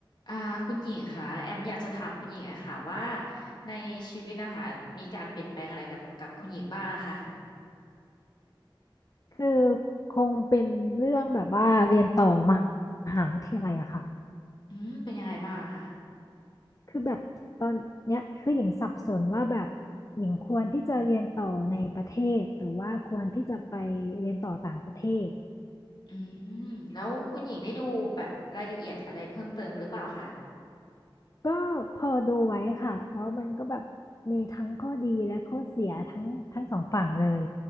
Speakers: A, on the left; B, on the left.
A: อ่าคุณหญิงค่ะแอมอยากจะถามคุณหญิงอะค่ะว่าในชีวิตนะคะมีการเปลี่ยนแปลงอะไรกับกับคุณหญิงบ้างอะคะ
B: คือคงเป็นเรื่องแบบว่าเรียนต่อมหาวิทยาลัยอะค่ะ
A: อืมเป็นยังไงบ้างอะค่ะ
B: คือแบบตอนเนี้ยคือหญิงสับสนว่าแบบหญิงควรที่จะเรียนต่อในประเทศหรือว่าควรที่จะไปเรียนต่อต่างประเทศ
A: อืมแล้วคุณหญิงได้ดูแบบรายละเอียดอะไรเพิ่มเติมหรือเปล่าคะ
B: ก็พอดูไว้ค่ะแล้วมันก็แบบมีทั้งข้อดีและข้อเสียทั้งทั้งสองฝั่งเลย